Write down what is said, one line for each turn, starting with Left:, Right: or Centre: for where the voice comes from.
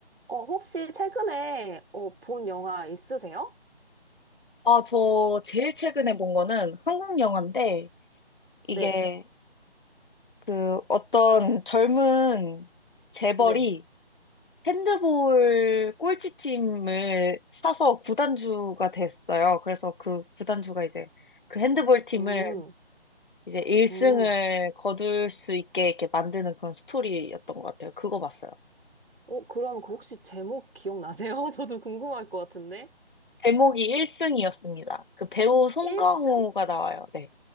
Right: 어, 혹시 최근에 어, 본 영화 있으세요?
Left: 아, 저 제일 최근에 본 거는 한국 영화인데, 이게
Right: 네,
Left: 그 어떤 젊은 재벌이
Right: 네.
Left: 핸드볼 꼴찌팀을 사서 구단주가 됐어요. 그래서 그 구단주가 이제 그 핸드볼 팀을
Right: 음,
Left: 이제 1승을
Right: 음.
Left: 거둘 수 있게 이렇게 만드는 그런 스토리였던 것 같아요. 그거 봤어요.
Right: 어, 그럼 그 혹시 제목 기억나세요? <laughs> 저도 궁금할 것 같은데.
Left: 제목이 1승이었습니다. 그 배우 송강호가
Right: 1승?
Left: 나와요. 네.